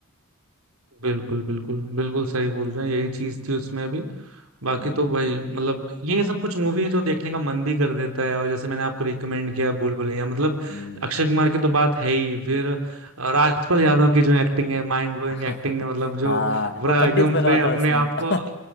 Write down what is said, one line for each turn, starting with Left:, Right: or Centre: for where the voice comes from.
Right: बिल्कुल बिल्कुल बिल्कुल सही बोल रहे हैं यही चीज थी उसमें भी बाकी
Left: हम्म
Right: तो भाई मतलब ये सब कुछ मूवी है जो देखने का मन भी कर देता है और जैसे मैंने आपको रिकमेंड किया भूल भुलैया मतलब
Left: हम्म,
Right: अक्षय कुमार की तो बात है ही फिर अ, राजपाल यादव की जो एक्टिंग है माइंड ब्लोइंग
Left: <laughs>
Right: एक्टिंग है मतलब जो
Left: हाँ
Right: पूरा
Left: वो पंडित
Right: एकदम
Left: बना
Right: पूरे अपने
Left: था उसमें
Right: आप
Left: <laughs>
Right: को